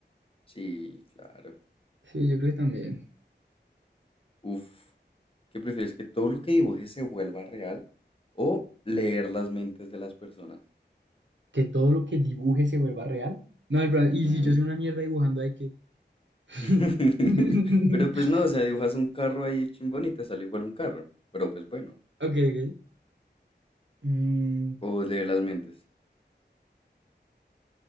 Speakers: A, on the left; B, on the right.
A: Sí, claro.
B: Sí, yo creo que también.
A: Uf, ¿qué prefieres? ¿Que todo lo que dibujes se vuelva real o leer las mentes de las personas?
B: Que todo lo que dibuje se vuelva real. No, el problema-
A: Ujú.
B: y si yo soy una mierda dibujando, hay que... <laughs>
A: <laughs> Pero pues no, o sea, dibujas un carro ahí chimbón y te sale igual un carro. Pero pues bueno,
B: Ok, ok. Mm,
A: o leer las mentes.